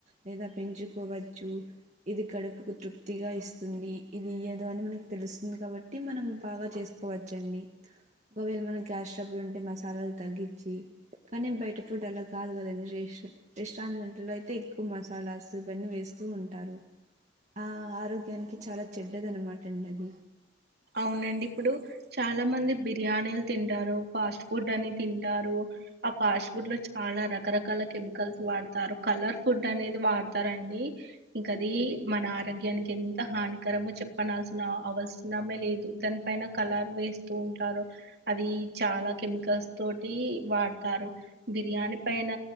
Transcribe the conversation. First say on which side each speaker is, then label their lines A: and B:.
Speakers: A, on the right (about 40°); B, on the right (about 60°).
A: లేదా పెంచుకోవచ్చు ఇది కడ కడుపుకు తృప్తిగా ఇస్తుంది ఇది ఇయ్యదు అని మనకి తెలుస్తుంది కాబట్టి మనం బాగా చేస్ పోవచ్చండి ఒకవేళ మన గ్యాస్ స్ట్రబుల్ ఉంటే మసాలాలు తగ్గిచి కానీ బయట ఫుడ్ అలా కాదు గదండి రేష్ రెస్టారెంట్ లలో అయితే ఎక్కువ మసాలాస్ ఇవన్నీ వేస్తూ ఉంటారు ఆ ఆరోగ్యానికి చాలా చెడ్డది అనమాట అండి అది
B: అవునండి ఇప్పుడు చాలా మంది బిర్యానీలు తింటారు ఫాస్ట్ ఫుడ్ అని తింటారు ఆ పాస్ట్ ఫుడ్ లో చాలా రకరకాల కెమికల్స్ వాడతారు కలర్ ఫుడ్ అనేది వాడతారం నీ ఇంకది మన ఆరోగ్యానికి ఎంత హానికరమో చెప్పనాల్సిన ఆ అవస్ నమే లేదు దాని పైన కలర్ వేస్తూ ఉంటారు అది చాలా కెమికల్స్ తోటి టి వాడతారు బిర్యానీ పైన